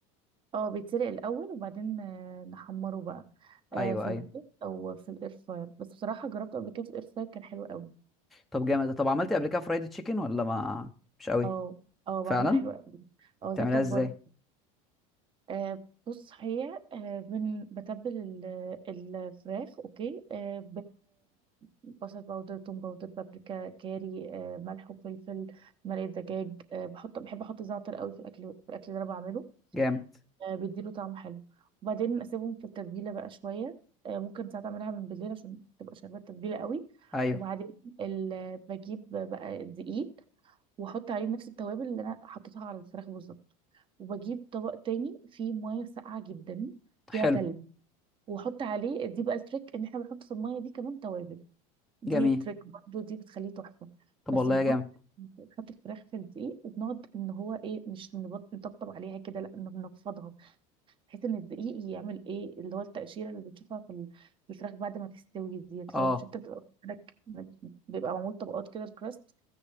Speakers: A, on the right; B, in the centre.
A: اه بيتسلق الاول وبعدين آه، نحمره بقى آه،
B: ايوه
A: في الزيت
B: ايوه
A: او في الاير فراير بس بصراحه جربته قبل كده في الاير فراير كان حلو قوي
B: طب جامد ده. طب عملتي قبل كده فرايد تشيكن ولا ما مش قوي
A: اه اه
B: فعلا
A: بعملها حلوه قوي اه
B: بتعمليها
A: زي بتاعت
B: ازاي
A: بره آه، بص هي آه، بن- بتبل ال- الفراخ اوكي آه، ببصل باودر توم باودر بابريكا كاري آه، ملح وفلفل مرقه دجاج آه، بحط بحب احط زعتر قوي في الاكل في الاكل اللي انا بعمله
B: جامد
A: آه، بيديله طعم حلو وبعدين اسيبهم في التتبيله بقى شويه آه، ممكن ساعات اعملها من بالليل عشان تبقى شاربه التتبيله قوي
B: ايوه
A: وبعدين ال- بجيب بقى دقيق واحط عليه نفس التوابل اللي انا حطيتها على الفراخ بالظبط وبجيب طبق تاني فيه ميه ساقعه جدا فيها
B: حلو
A: تلج واحط عليه دي بقى التريك ان احنا بنحط في الميه دي كمان توابل دي
B: جميل
A: تريك برضو دي بتخليه تحفه
B: طب
A: بس
B: والله
A: بنحط
B: يا جامد
A: بنحط الفراخ في الدقيق وبنقعد ان هو ايه مش نبط- نطبطب عليها كده لا إنه بنفضها بحيث ان الدقيق يعمل ايه اللي هو التقشيره اللي بتشوفها في ال- في الفراخ بعد ما تستوي ديت اللي
B: اه
A: هو مش انت بتبقى فراخ- بيبقى معمول طبقات كده الكراست